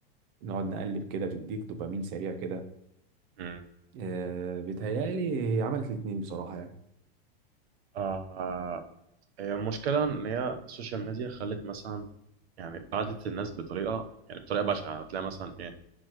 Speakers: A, on the right; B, on the right.
A: نقعد نقلب كده بتديك دوبامين سريع كده
B: مم.
A: آه، بيتهيألي هي عملت الاتنين بصراحة يعني
B: آه هي المشكلة إن هي السوشيال ميديا خلت مثلا يعني بعدت الناس بطريقة يعني بطريقة بشعة هتلاقي مثلا إيه